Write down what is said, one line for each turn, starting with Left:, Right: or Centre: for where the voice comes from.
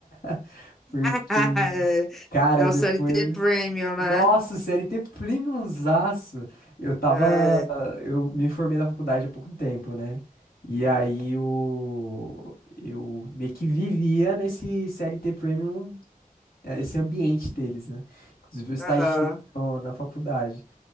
Left: <laughs> Porque,
Centre: <laughs>
Left: cara,
Centre: É, o
Left: depois.
Centre: CLT Premium, né?
Left: Nossa, CLT premiumzaço! Eu tava.
Centre: É,
Left: Eu me formei na faculdade há pouco tempo, né? E aí eu, eu meio que vivia nesse CLT Premium, eh, esse ambiente deles, né? Inclusive eu estagiei
Centre: aham.
Left: no- na faculdade.